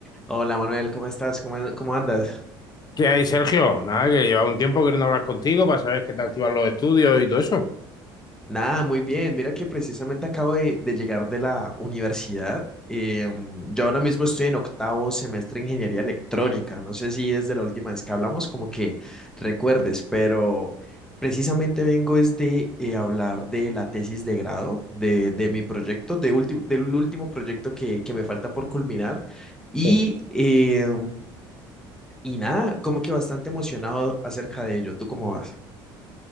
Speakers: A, in the centre; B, on the left (about 35°).
A: Hola Manuel, ¿cómo estás? ¿Cómo, an- cómo andas?
B: ¿Qué hay, Sergio? Nada, que llevaba un tiempo queriendo hablar contigo para saber qué te activan los estudios y todo eso.
A: Nada, muy bien. Mira que precisamente acabo de, de llegar de la universidad. Eh, yo ahora mismo estoy en octavo semestre de ingeniería electrónica. No sé si desde la última vez que hablamos como que recuerdes, pero precisamente vengo es de eh, hablar de la tesis de grado, de, de mi proyecto, de último, del último proyecto que, que me falta por culminar. Y,
B: Sí.
A: eh, y nada, como que bastante emocionado acerca de ello. ¿Tú cómo vas?